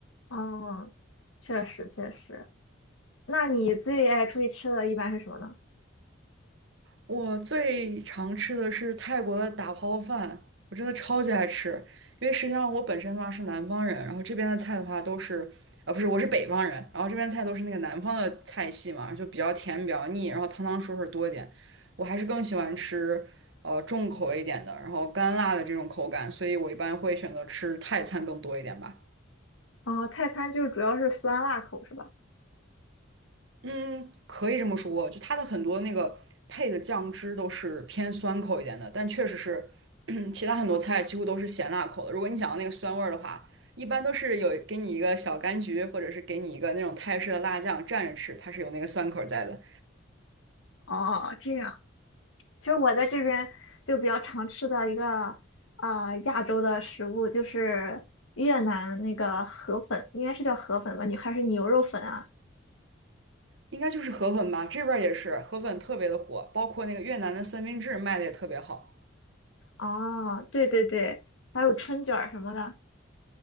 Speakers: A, on the left (about 70°); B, on the right (about 60°).
A: 嗯，确实确实。那你最爱出去吃的一般是什么呢？
B: 我最常吃的是泰国的打抛饭，我真的超级爱吃。因为实际上我本身的话是南方人，然后这边的菜的话都是，啊不是，我是北方人，然后这边菜都是那个南方的菜系嘛，就比较甜比较腻，然后汤汤水水多一点。我还是更喜欢吃呃重口味一点的，然后干辣的这种口感，所以我一般会选择吃泰餐更多一点吧。
A: 哦，泰餐就是主要是酸辣口是吧？
B: 嗯，可以这么说，就它的很多那个配的酱汁都是偏酸口一点的，但确实是 <clears throat> 其他很多菜几乎都是咸辣口的。如果你想要那个酸味儿的话，一般都是有给你一个小柑橘，或者是给你一个那种泰式的辣酱蘸着吃，它是有那个酸口在的。
A: 哦，这样。其实我在这边就比较常吃的一个啊亚洲的食物就是越南那个河粉，应该是叫河粉吧？你还是牛肉粉啊？
B: 应该就是河粉吧，这边儿也是河粉特别的火，包括那个越南的三明治卖的也特别好。
A: 哦，对对对，还有春卷儿什么的。